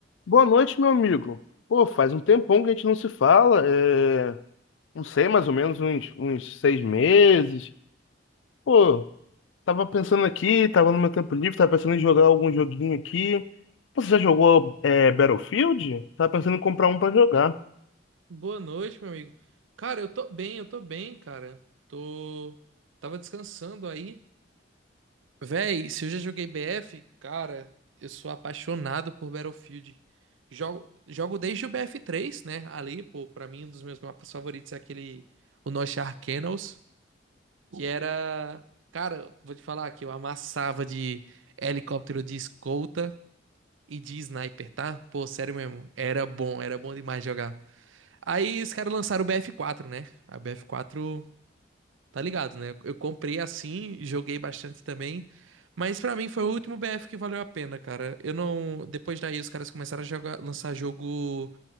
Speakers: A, on the left; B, on the right.
A: Boa noite, meu amigo. Pô, faz um tempão que a gente não se fala. É... Não sei, mais ou menos uns, uns seis meses. Pô, tava pensando aqui, tava no meu tempo livre, tava pensando em jogar algum joguinho aqui. Você já jogou é, Battlefield? Tava pensando em comprar um pra jogar.
B: Boa noite, meu amigo. Cara, eu tô bem, eu tô bem, cara. Tô. Tava descansando aí. Véi, se eu já joguei BF, cara, eu sou apaixonado por Battlefield. Jogo, jogo desde o bf três, né? Ali, pô, pra mim, um dos meus mapas favoritos é aquele. O Nosh Arcanos, que era. Cara, vou te falar que eu amassava de helicóptero de escolta e de sniper, tá? Pô, sério mesmo. Era bom, era bom demais jogar. Aí os caras lançaram o BF4, né? A BF4, tá ligado, né? Eu comprei assim, joguei bastante também. Mas pra mim foi o último BF que valeu a pena, cara. Eu não. Depois daí os caras começaram a jogar, lançar jogo